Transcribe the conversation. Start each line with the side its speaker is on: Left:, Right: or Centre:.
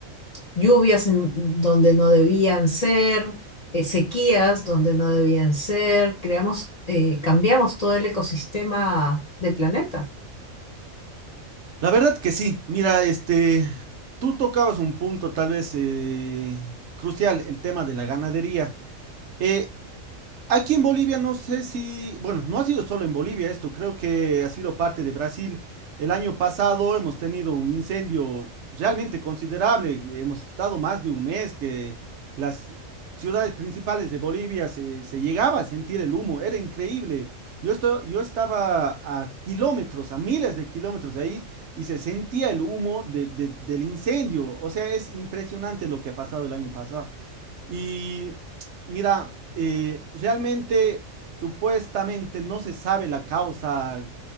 Left: lluvias en donde no debían ser, eh, sequías donde no debían ser, creamos, eh, cambiamos todo el ecosistema del planeta.
Right: La verdad que sí. Mira, este, tú tocabas un punto tal vez eh, crucial, el tema de la ganadería. Eh, Aquí en Bolivia no sé si, bueno, no ha sido solo en Bolivia esto, creo que ha sido parte de Brasil. El año pasado hemos tenido un incendio realmente considerable, hemos estado más de un mes que las ciudades principales de Bolivia se, se llegaba a sentir el humo, era increíble. Yo, esto, yo estaba a kilómetros, a miles de kilómetros de ahí y se sentía el humo de- de- del incendio, o sea, es impresionante lo que ha pasado el año pasado. Y mira, eh, realmente supuestamente no se sabe la causa.